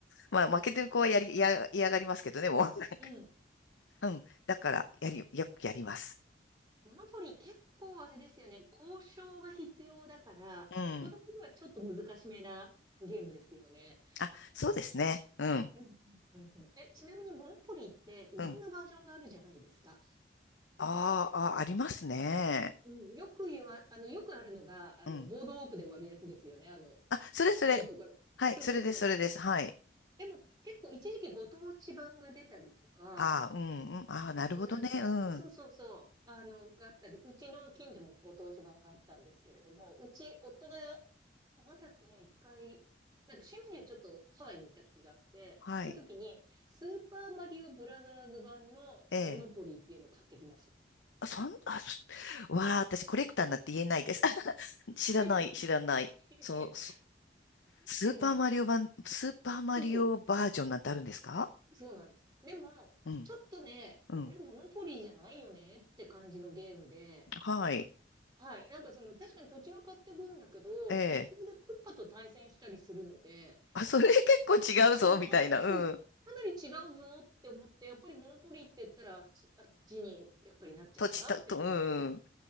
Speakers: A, on the left; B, on the right.
A: まあ、負けてる子はやり、や、嫌がりますけどね、もう、なんか、
B: うん。
A: うん。だから、やり、よくやります。
B: モノポリー結構あれですよね、交渉が必要だから、
A: うん。
B: 子供にはちょっと難しめなゲームですよね。
A: あ、そうですね。うん。
B: うんうん、うんうん。え、ちなみにモノポリーっていろんなバージョンがあるじゃないですか。
A: うん。あーあー、ありますね。
B: うん、よく言わ、あの、よくあるのが、あの、
A: うん。
B: ボードウォークで終わるやつですよね。あの、
A: あ、それそれ。
B: た高いところ。
A: はい、
B: そうそうそう。
A: それです、それです。はい。
B: でも、結構一時期ご当地版が出たりとか、
A: ああ、うん、うん。ああ、なるほどね。
B: なんか、
A: うん。
B: そうそうそう、あの、があったり、うちの近所もご当地版があったんですけれども、うち、夫が、なんだっけな、一回、なんか趣味でちょっとハワイに行った時があって、
A: はい。
B: その時に、スーパーマリオブラザーズ版のモノポリーっていうのを買ってきました。
A: ええ。あ、そん、あ、そわあ、私コレクターになって言えないです。<laughs> 知らない、
B: <laughs>
A: 知らない。
B: い
A: そう、
B: やいや
A: そスーパーマリオ版、
B: でもね、
A: スーパーマリオバージョンなんてあるんですか
B: そうそう。そうなんです。でも、
A: うん、
B: ちょっとね、
A: うん。
B: これモノポリーじゃないよねって感じのゲームで、
A: はい。
B: はい。なんかその、確かに土地は買ってくんだけど、
A: ええ。
B: 途中でクッパと対戦したりするので、
A: あ、それ結構違うぞ、
B: 違う、
A: みたいな。うん。
B: そう、かなり違うぞって思って、やっぱりモノポリーって言ったら、あっちあっちにやっぱりなっちゃうかなって感じです。
A: 土地たと、うん。